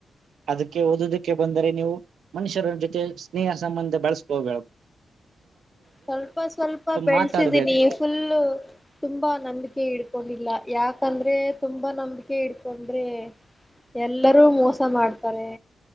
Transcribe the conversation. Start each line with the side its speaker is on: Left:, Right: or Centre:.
Right: ಅದಕ್ಕೆ ಓದೋದಕ್ಕೆ ಬಂದರೆ ನೀವು ಮನುಷ್ಯರ ಜೊತೆ ಸ್ನೇಹ ಸಂಬಂಧ ಬಳಸ್ಕೋಬ
Centre: ಸ್ವಲ್ಪ ಸ್ವಲ್ಪ ಬೆಳೆಸಿದೀನಿ
Right: ಮಾತಾಡ್ಬೇಕು
Centre: ಫುಲ್ಲ ತುಂಬಾ ನಂಬಿಕೆ ಇಡ್ಕೊಂಡಿಲ್ಲ ಯಾಕಂದ್ರೆ ತುಂಬಾ ನಂಬಿಕೆ ಇಟ್ಕೊಂಡ್ರೆ ಎಲ್ಲರೂ ಮೋಸ ಮಾಡ್ತಾರೆ